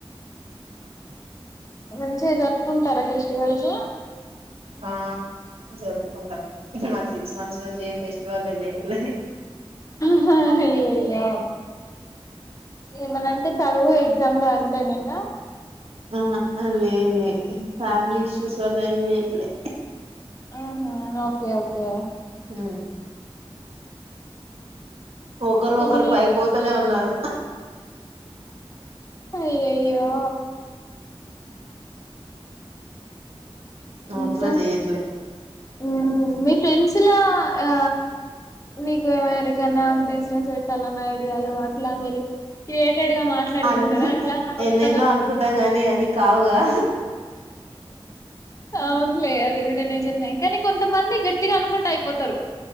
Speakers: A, on the left (about 35°); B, on the right (about 75°).
A: మంచిగా జపుకుంటారా ఫెస్టివల్స్
B: ఆ, జరుకుంట మాది సిక్స్ మంత్స్ నుంచి ఏ ఫెస్టివళ్ళు జేయట్లే.
A: హ అయ్యయ్ ఆ ఏమన్నన్టే చదువు, ఎగ్జామ్లు అంతేన ఇంగా?
B: ఆ అ లే లెద్, ఫ్యామిలీ ఇష్యూస్ వల్ల ఎంజేయట్లే.
A: ఆహ, ఓకే ఓకే.
B: హు ఒకరోకరు
A: కానీ
B: పైకి పోతనే ఉన్నారు.
A: అయ్యయ్యో అచ్చా,
B: అట్లా చేయట్లే
A: ఉమ్ మీక్ ఫ్రెండ్స్లా ఆ నీకు, ఎవరికన్నా బిజినెస్ పెట్టాలన్న ఐడియాలు అట్ అట్లా మీరు క్రియేటడ్గా మాట్లాడుకుంటరా
B: అను
A: అట్లా కొత్తగా?
B: ఎన్నెన్నో అనుకుంటాం గాని అన్ని కావుగా
A: అవునులే, అది కూడ నిజమే. కానీ కొంతమంది గట్టిగా అనుకుంట్ అయిపొత్తరు.